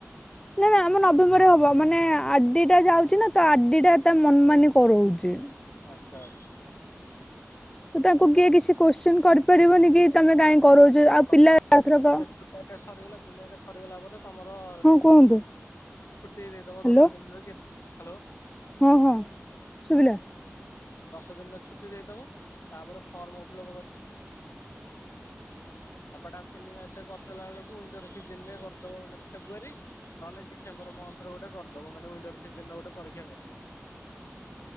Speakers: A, on the left; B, on the left.
A: ନା ନା ଆମ ନଭେମ୍ବରରେ ହବ ମାନେ ଆଡିଟା ଯାଉଛି ନା ତ ଆଡିଟା ତା ମନ ମାନି କରଉଛି।
B: ଆଚ୍ଛା ଆଚ୍ଛା।
A: ତ ତାକୁ
B: କିନ୍ତୁ
A: କିଏ କିଛି କୋଷ୍ଟିନ୍ କରିପାରିବନି କି ତମେ କାଇହିଁ କରାଉଛ ଆଉ
B: ତମ
A: ପିଲା ଏଥରକ
B: ଏଇଟା ଜୁଲାଇରେ ସରିଗଲା ଜୁଲାଇ ରେ ସରିଗଲା ପରେ ତମର
A: ହଁ କୁହନ୍ତୁ
B: ଛୁଟି ଦେଇଦବ
A: ହ୍ୟାଲୋ
B: ଦଶ ଦିନରେ କେ ହ୍ୟାଲୋ।
A: ହଁ ହଁ ଶୁଭିଲା।
B: ଦଶ ଦିନର ଛୁଟି ଦେଇଦବ। ତାପରେ ଫର୍ମ <unintelligible> ଦମିଷ୍ଟର ପାଇଁପ ତିନି ମାସ ହେଲା ବେଳକୁଣ୍ଟର ସିଜନ ରେ କରିଦବ ମାନେ ଫେବୃୁଆରୀ <unintelligible> ତାହେଲେ ଡିସମ୍ବର ମଥରେ ଗୋଟେ କରିଦବ ମାନେ ଣ୍ଟର ସିଜନରେ ଗୋଟେ ପରୀକ୍ଷ କରିଦବ।